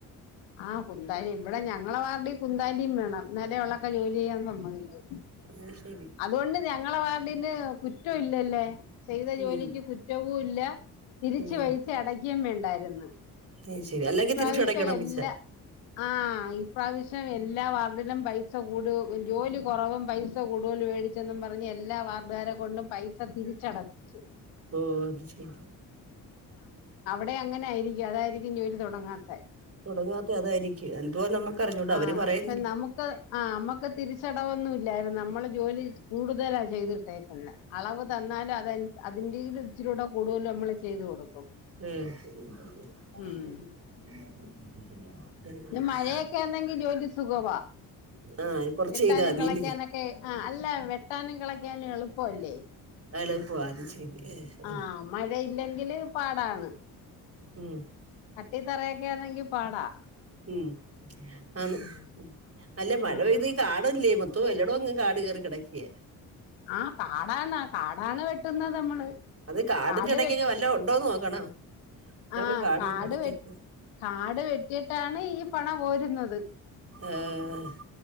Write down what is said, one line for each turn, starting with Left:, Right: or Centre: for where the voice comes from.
Left: ആ കുന്താലി ഇവിടെ ഞങ്ങളെ വാർടി കുന്താലിയും വേണം ന്നാലെ അവളൊക്കെ ജോലി ചെയ്യാൻ സമ്മതിക്കു
Right: അത് ശരി
Left: അതുകൊണ്ട് ഞങ്ങളെ വാർണ്ടീന് കുറ്റവും ഇല്ലല്ലേ ചെയ്ത ജോലിക്ക്
Right: ഉം
Left: കുറ്റവും ഇല്ല തിരിച്ച്
Right: ഉം
Left: വൈസ അടക്കിയേം വേണ്ടായിരുന്നു
Right: അത് ശരി അല്ലെങ്കിൽ
Left: ഇപ്രാവശ്യം
Right: തിരിച്ചടയ്ക്കണോ
Left: എല്ലാ
Right: പൈസ
Left: ആഹ് ഇപ്പാവശ്യം എല്ലാ വാർഡിലും പൈസ കൂട് ജോലി കുറവും പൈസ കൂട <inaudible> മേടിച്ചെന്നും പറഞ്ഞ് എല്ലാ വാർഡുകാരെ കൊണ്ടും പൈസ തിരിച്ചടപ്പച്ച്
Right: ഓ അത് ശരി
Left: ടെ അങ്ങനെ ആയിരിക്കും അതായിരിക്കും ജോലി തുടങ്ങാത്ത
Right: തുടങ്ങാത്തെ അതായിരിക്കും എന്തുവാ നമ്മുക്ക് അറിഞ്ഞൂടാ
Left: ആ
Right: അവര് പറയുന്നില്ല
Left: പ്പ നമുക്ക് ആ നമ്മക്ക് തിരിച്ചട കുറവൊന്നുംല്ലായിരുന്നു നമ്മള് ജോലി കൂടുതലാ ചെയ്തിട്ടേക്കുന്നെ അളവ് തന്നാലും അത് അതിന്റെലും ഇച്ചിരൂടെ കൂടുതലും നമ്മള് ചെയ്ത് കൊടുക്കും
Right: ഉം
Left: ഉം പിന്നെ <inaudible> ജോലി സുഖവാ.
Right: ആഹ് കൊറച്ച്
Left: വെട്ടാനും
Right: ചെയ്താ മതിയല്ലേ
Left: കെളക്കാനൊക്കെ അല്ല വെട്ടാനും കെളക്കാനും എളുപ്പവല്ലേ
Right: എളുപ്പ അത് ശരി ഏഹ്
Left: ആ മഴയില്ലെങ്കില് പാടാണ്
Right: ഉം
Left: കട്ടി തറയൊക്കൊന്നെങ്കി പാടാ
Right: ഉം ആന്ന്
Left: ഉം
Right: അല്ല മഴ
Left: ഉം
Right: പെയ്തി കാടല്ലേ മോത്തോ എല്ലോടും അങ്ങ് കാട് കയറി കിടക്കിയേ
Left: ആഹ കാടാണ് കാടാണ് വെട്ടുന്നത് നമ്മള്
Right: അത് കാടിന്റെ
Left: കാട്
Right: ഇടയ്ക്കക്കെ വല്ലോം ഉണ്ടോന്ന് നോക്കണം ഇതൊക്കെ
Left: ആഹ്
Right: കാടും
Left: കാട്
Right: അതിന്റെ ഇടക്കൊക്കെ
Left: വെ കാട് വെട്ടിയിട്ടാണ് ഈ പണ കോരുന്നത്
Right: ആഹ്